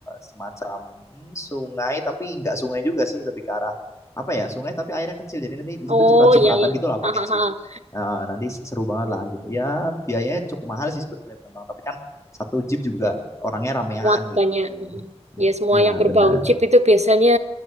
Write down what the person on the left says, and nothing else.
semacam hmm, sungai, tapi nggak sungai juga sih, lebih ke arah apa ya sungai tapi airnya kecil, jadi nanti di situ
ciprat-cipratan
gitu lah pakai
jeep. Nah, nanti seru banget lah gitu. Ya biayanya cukup mahal sih sebetulnya memang, tapi kan satu jeep juga orangnya ramean
kayak
gitu.
Iya
benar,